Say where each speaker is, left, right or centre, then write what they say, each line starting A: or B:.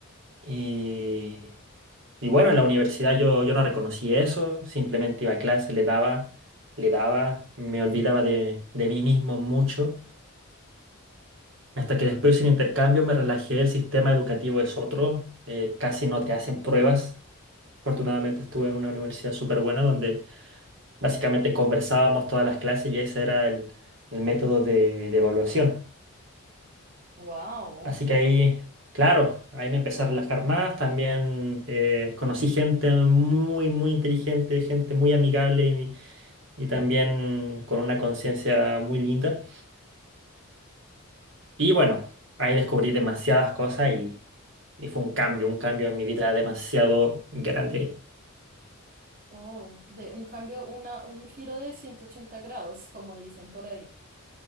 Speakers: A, on the right; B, on the right.
A: Y, y bueno, en la universidad yo, yo no reconocí eso, simplemente iba a clase, le daba, le daba, me olvidaba de, de mí mismo mucho. Hasta que después en intercambio me relajé, el sistema educativo es otro, eh, casi no te hacen pruebas. Afortunadamente estuve en una universidad súper buena donde básicamente conversábamos todas las clases y ese era el, el método de, de evaluación.
B: Wow.
A: Así que ahí, claro, ahí me empecé a relajar más. También eh, conocí gente muy, muy inteligente, gente muy amigable y, y también con una conciencia muy linda. Y bueno, ahí descubrí demasiadas cosas y, y fue un cambio, un cambio en mi vida demasiado grande.
B: Oh, de un cambio, una, un giro de 180 grados, como dicen por ahí.